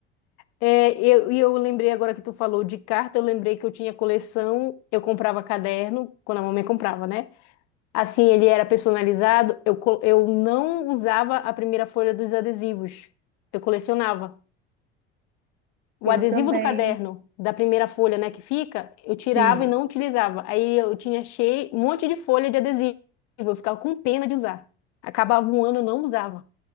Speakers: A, on the left (about 55°); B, on the right (about 30°).
A: É, eu, e eu lembrei agora que tu falou de carta, eu lembrei que eu tinha coleção, eu comprava caderno, quando a mamãe comprava, né? Assim, ele era personalizado, eu, co- eu não usava a primeira folha dos adesivos, eu colecionava. O
B: Eu
A: adesivo
B: também,
A: do caderno, da primeira folha, né, que fica, eu tirava
B: sim.
A: e não utilizava. Aí eu tinha cheio, um monte de folha de adesivo, eu ficava com pena de usar. Acabava um ano, eu não usava.